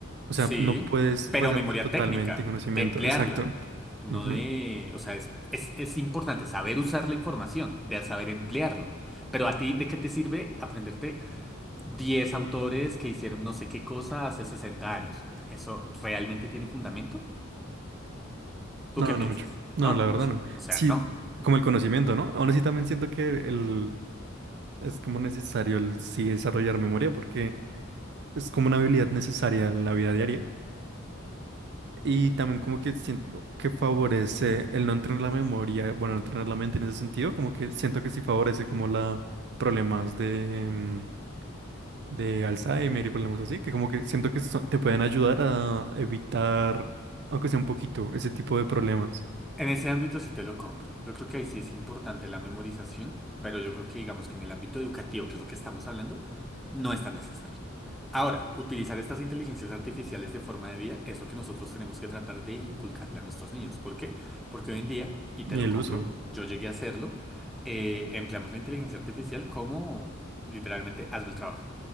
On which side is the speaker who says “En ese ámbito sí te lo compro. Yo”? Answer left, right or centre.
Centre